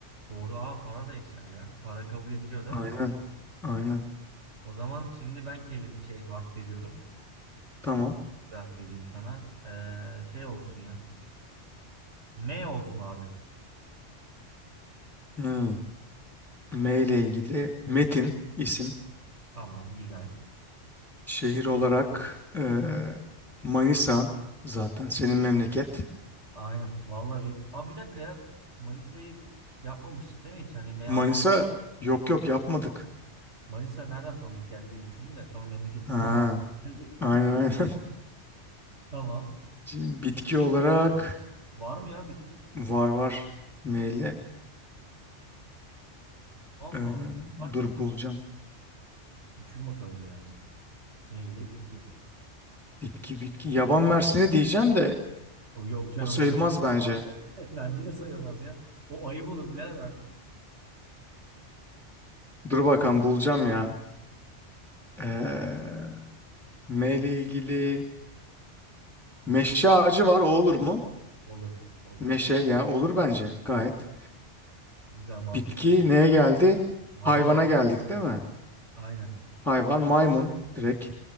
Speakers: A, on the right (about 75°); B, in the centre.
A: doğru. Aa para da eşya ya. Para kabul ediliyor değil mi?
B: Aynen.
A: Doğru.
B: Aynen.
A: O zaman şimdi ben kelim şey harf veriyorum.
B: Tamam.
A: Bir harf vereyim sana. Ee, şey olsun ya. M olsun abi.
B: Hmm. M ile ilgili Metin isim.
A: Tamam güzel.
B: Şehir olarak eee, Manisa zaten senin memleket.
A: Aynen. Vallahi ben. Aa bir dakika ya. Manisa'yı yapmamıştık değil mi hiç? Hani M
B: Manisa
A: harfi
B: yok yok yapmadık.
A: Manisa nereden tanıdık geldi diye düşündüm de sonra memleketim
B: Ha,
A: oldu. <laughs> Geldi.
B: aynen aynen. <laughs>
A: Tamam.
B: Şimdi bitki
A: Bitki
B: olarak
A: yok herhalde. Var mı ya bitki?
B: var var. M
A: Allah
B: eee,
A: Allah. Var
B: dur
A: ki.
B: bulacağım.
A: Düşün bakalım biraz. M ile bitki.
B: Bitki bitki. Yaban mersini diyeceğim de
A: O Yok canım
B: o sayılmaz
A: o da
B: bence.
A: olmaz ya. <laughs> Bence de sayılmaz ya. O ayıp olur birader artık.
B: Dur bakalım bulacağım ya. Ee, M ile ilgili meşe ağacı var o olur mu?
A: Olur. Olur.
B: Meşe yani olur bence gayet.
A: Güzel mantıklı.
B: Bitki neye geldi?
A: Hayvan
B: Hayvana geldik
A: işte.
B: değil mi?
A: Aynen.
B: Hayvan maymun direkt